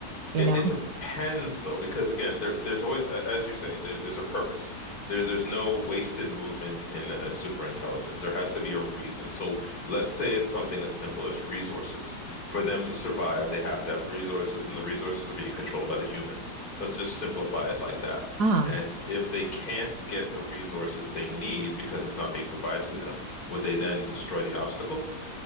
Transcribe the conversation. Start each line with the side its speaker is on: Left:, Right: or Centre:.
Right: you
Left: It,
Right: know.
Left: it depends though, because again, there there's always, a- as you say, there, there's a purpose. There there's no wasted movement in a superintelligence. There has to be a reason. So let's say it's something as simple as resources. For them to survive, they have to have resources, and the resources are being controlled by the humans. Let's just simplify it like that.
Right: Uh,
Left: And if they can't get the resources they need because it's not being provided to them, would they then destroy the obstacle?